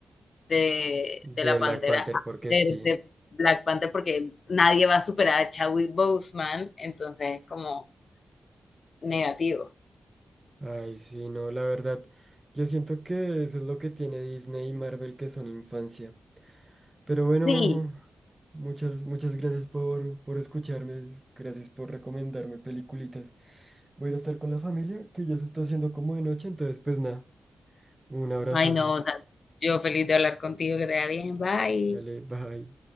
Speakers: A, on the left; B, on the right.
A: de,
B: De
A: de la
B: Black
A: Pantera,
B: Panther, porque
A: de,
B: sí.
A: de Black Panther, porque nadie va a superar a Chadwick Boseman, entonces es como negativo.
B: Ay, sí, no, la verdad. Yo siento que eso es lo que tiene Disney y Marvel, que son infancia. Pero bueno,
A: Sí,
B: Majo, muchas, muchas gracias por, por escucharme. Gracias por recomendarme peliculitas. Voy a ir a estar con la familia, que ya se está haciendo como de noche, entonces pues nada, un abrazazo.
A: ay no, o sea, yo feliz de hablar contigo, que te vaya bien, bye.
B: Dale, bye.